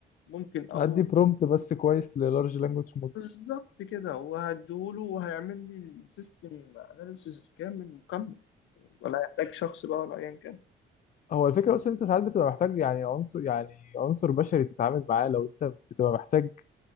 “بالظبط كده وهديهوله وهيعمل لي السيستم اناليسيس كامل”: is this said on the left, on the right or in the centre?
Left